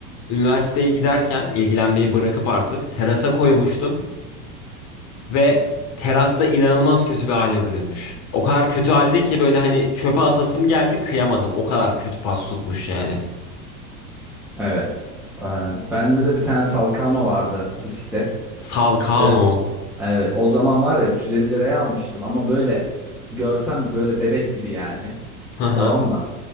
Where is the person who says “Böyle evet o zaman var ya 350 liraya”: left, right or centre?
Centre